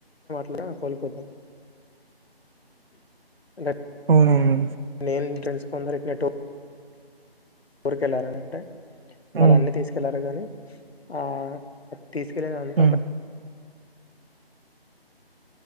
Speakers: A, on the left (about 75°); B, on the right (about 65°).
A: ఇగ కోలిపోతయ్ ఎండ
B: అవునవును.
A: నేన్ తెల్సు కొందరికి అటు ఊరికెళ్ళారని అంటే
B: హ్మ్.
A: వాళ్ళు అన్ని తీసుకెళ్లారు గాని ఆ తీసుకెళ్ళినంతా
B: హ్మ్.
A: ఒక